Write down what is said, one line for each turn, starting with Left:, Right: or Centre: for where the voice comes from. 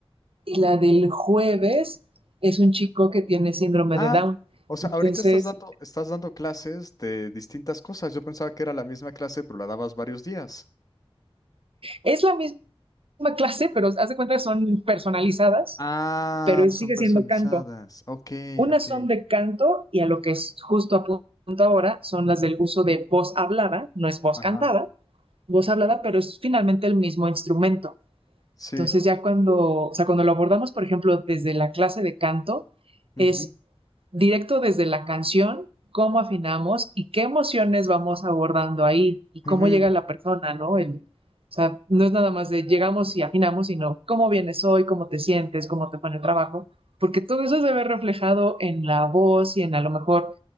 Right: Y la del jueves es un chico que tiene síndrome
Left: Ah,
Right: de Down.
Left: o sea,
Right: Entonces,
Left: ahorita estás dando, estás dando clases de distintas cosas. Yo pensaba que era la misma clase, pero la dabas varios días.
Right: es la misma clase, pero haz de cuenta que son personalizadas,
Left: Ah,
Right: pero es-
Left: son
Right: sigue
Left: personalizadas.
Right: siendo canto.
Left: Ok,
Right: Unas
Left: ok.
Right: son de canto y a lo que es justo a punto ahora son las del uso de voz hablada, no es voz
Left: Ajá.
Right: cantada voz hablada, pero es finalmente el mismo instrumento.
Left: Sí.
Right: Entonces ya cuando, o sea, cuando lo abordamos, por ejemplo, desde la clase de canto,
Left: Ujú,
Right: es directo desde la canción, cómo afinamos y qué emociones vamos abordando ahí y cómo
Left: ujú.
Right: llega la persona, ¿no? El, o sea, no es nada más de llegamos y afinamos, sino cómo vienes hoy, cómo te sientes, cómo te fue en el trabajo, porque todo eso se ve reflejado en la voz y en a lo mejor